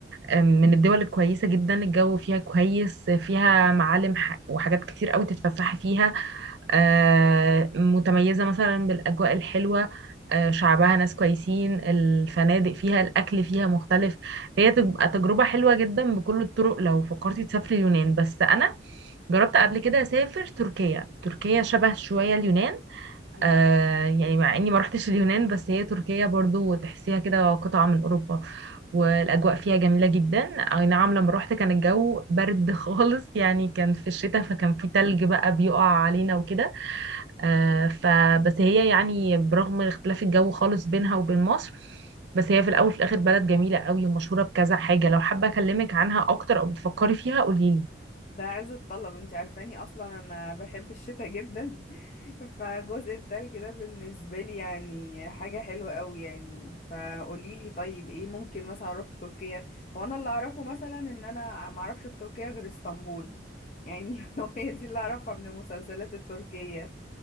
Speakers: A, on the right; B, on the left.
A: من الدول الكويسة جدا الجو فيها كويس فيها معالم ح- وحاجات كتير قوي تتفسحي فيها آه، متميزة مثلا بالأجواء الحلوة آه، شعبها ناس كويسين الفنادق فيها الأكل فيها مختلف هي تبقى تجربة حلوة جدا بكل الطرق لو فكرتي تسافري اليونان بس أنا جربت قبل كده أسافر تركيا تركيا شبه شوية اليونان
B: مم.
A: آه يعني مع اني ما رحتش اليونان بس هي تركيا برضو تحسيها كده قطعة من اوروبا والاجواء فيها جميلة جدا اي نعم لما رحت كان الجو برد <laughs> خالص يعني كان في الشتاء فكان في تلج بقى بيقع علينا وكده آه فبس هي يعني برغم اختلاف الجو خالص بينها وبين مصر بس هي في الاول وفي الاخر بلد جميلة قوي ومشهورة بكذا حاجة لو حابة اكلمك عنها اكتر او بتفكري فيها قوليلي
B: ده عز الطلب انت عارفاني اصلا انا بحب الشتاء جدا <laughs> فجزء التلج ده بالنسبة لي يعني حاجة حلوة قوي يعني فقوليلي طيب ايه ممكن مثلا اروح في تركيا هو انا اللي اعرفه مثلا ان انا معرفش في تركيا غير اسطنبول يعني <laughs> هو هي دي اللي اعرفها من المسلسلات التركية